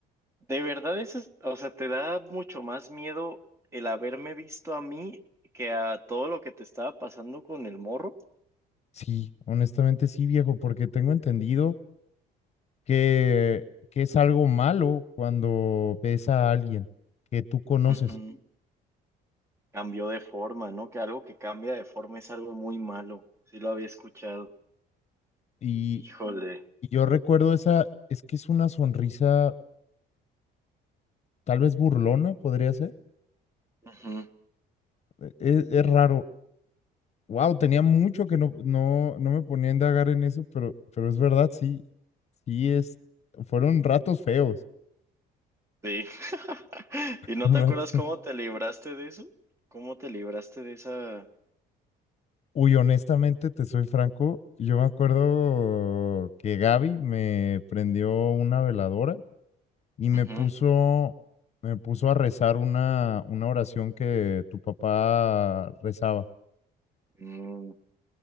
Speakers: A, on the right; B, on the left.
A: De verdad, eso es, o sea, te da mucho más miedo el haberme visto a mí que a todo lo que te estaba pasando con el morro.
B: Sí, honestamente sí, viejo, porque tengo entendido que, que es algo malo cuando ves a alguien que tú conoces.
A: Ujú. Cambió de forma, ¿no? Que algo que cambia de forma es algo muy malo. Sí lo había escuchado.
B: Y,
A: Híjole.
B: y yo recuerdo esa, es que es una sonrisa tal vez burlona podría ser.
A: Ujú.
B: E- Es, es raro. Wow, tenía mucho que no, no, no me ponía a indagar en eso, pero, pero es verdad, sí, sí es, fueron ratos feos.
A: Sí. <laughs> ¿Y no
B: <laughs> ratos-
A: te acuerdas cómo te libraste de eso? ¿Cómo te libraste de esa...
B: Uy, honestamente, te soy franco, yo me acuerdo que Gaby me prendió una veladora y me
A: Ujú.
B: puso, me puso a rezar una, una oración que tu papá rezaba
A: Mm,